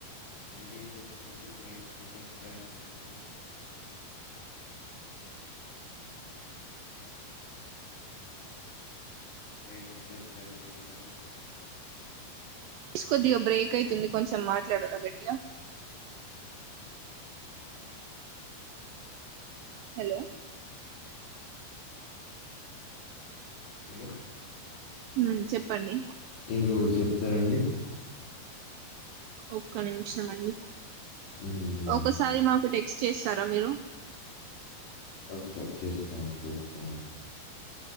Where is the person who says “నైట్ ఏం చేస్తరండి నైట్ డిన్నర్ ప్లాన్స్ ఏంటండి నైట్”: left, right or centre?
Left